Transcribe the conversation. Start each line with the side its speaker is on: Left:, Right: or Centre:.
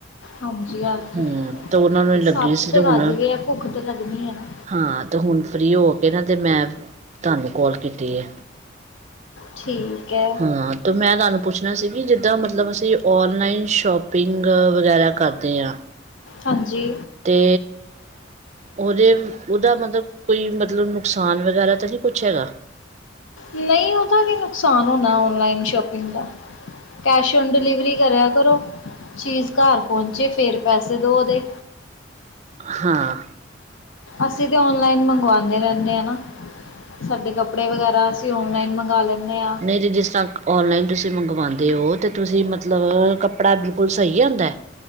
Left: ਹਾਂਜੀ-ਹਾਂਜੀ,
Right: ਹਮ ਤੇ ਉਹਨਾਂ ਨੂੰ ਲੱਗੀ
Left: ਸੱਤ
Right: ਸੀ
Left: ਤੇ ਵੱਜ
Right: ਹੁਣ
Left: ਗਏ ਆ ਭੁੱਖ ਤੇ ਲੱਗਣੀ ਏ ਨਾ।
Right: ਹਾਂ, ਤੇ ਹੁਣ ਫ੍ਰੀ ਹੋਕੇ ਨਾ, ਤੇ ਮੈਂ ਤੁਹਾਨੂੰ ਕੋਲ ਕੀਤੀ ਏ।
Left: ਠੀਕ ਐ।
Right: ਹਾਂ ਤੇ ਮੈਂ ਤੁਹਾਨੂੰ ਪੁੱਛਣਾ ਸੀ ਵੀ, ਜਿੱਦਾਂ ਮਤਲਬ ਅਸੀਂ ਔਨਲਾਈਨ ਸ਼ੋਪਿੰਗ ਵਗੈਰਾ ਕਰਦੇ ਆਂ।
Left: ਹਾਂਜੀ।
Right: ਤੇ ਉਹਦੇ, ਉਹਦਾ ਮਤਲਬ, ਕੋਈ ਮਤਲਬ ਨੁਕਸਾਨ ਵਗੈਰਾ ਤਾਂ ਨੀ ਕੁਛ ਹੈਗਾ?
Left: ਨਹੀਂ, ਉਹਦਾ ਕੀ ਨੁਕਸਾਨ ਹੋਣਾ ਔਨਲਾਈਨ ਸ਼ੋਪਿੰਗ ਦਾ। ਕੈਸ਼ ਔਨ ਡਿਲੀਵਰੀ ਕਰਿਆ ਕਰੋ, ਚੀਜ਼ ਘਰ ਪਹੁੰਚੇ ਫਿਰ ਪੈਸੇ ਦੋ ਉਹਦੇ।
Right: ਹਾਂ।
Left: ਅਸੀਂ ਤਾਂ ਔਨਲਾਈਨ ਮੰਗਵਾਨੇ ਰਹਿੰਨੇ ਆ, ਨਾ। ਸਾਡੇ ਕੱਪੜੇ ਵਗੈਰਾ ਅਸੀਂ ਔਨਲਾਈਨ ਮੰਗਾ ਲੈਂਨੇ ਆ।
Right: ਜੇ, ਜਿਸ ਤਰ੍ਹਾਂ ਔਨਲਾਈਨ ਤੁਸੀਂ ਮੰਗਵਾਂਦੇ ਓ, ਤਾਂ ਤੁਸੀਂ ਮਤਲਬ ਕੱਪੜਾ ਬਿਲਕੁਲ ਸਹੀ ਆਂਦਾ?